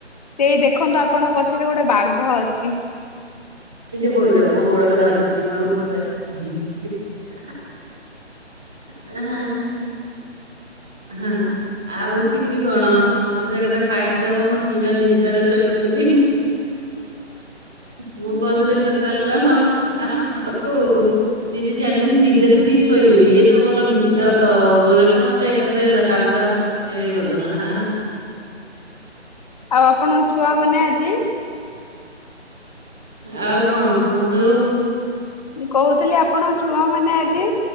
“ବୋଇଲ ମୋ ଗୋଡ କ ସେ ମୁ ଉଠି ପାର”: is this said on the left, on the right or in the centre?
Centre